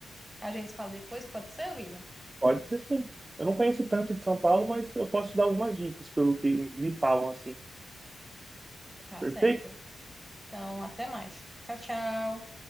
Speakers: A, in the centre; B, on the right.
A: A gente se fala depois, pode ser, William?
B: Pode ser sim. Eu não conheço tanto de São Paulo, mas eu posso dar algumas dicas pelo que me falam, assim.
A: Tá
B: Perfeito?
A: certo. Então, até mais. Tchau, tchau.